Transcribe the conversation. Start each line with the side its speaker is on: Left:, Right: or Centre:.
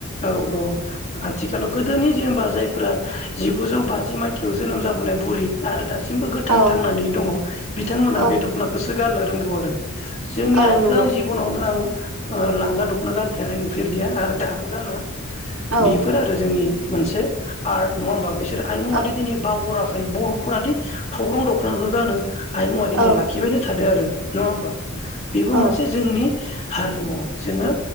Left: औ औ आथिखालाव गोदोनि जबा जायफोरा जिगुजौ बाजि मायथयाव जोनोम जाबोनाय बुरि आरो द दासिमबो गोथां
Right: औ
Left: थांनानै दङ बिथांमोना
Right: औ
Left: बे दख'नाखौसो गाननो रोंगौ आरो जोंनि
Right: औ
Left: आइखौ
Right: नंगौ
Left: आं जिबनावनो आं लांगा दखना गानफेरनाय नुफेरजया आरो दाहाबो बेफोर
Right: औ
Left: आरो जोंनि मोनसे आर्ट नङा हानबा? बिसोर आइमुआादि
Right: औ
Left: दिनै बावगराखै बर'फोराादि थग्रं दखनाखौ गानो आइ मुवा दिनै
Right: औ
Left: लाखिबायनो थादों आरो नङा होमबा बेबो
Right: औ
Left: मोनसे जोंनि हारिमु जोङो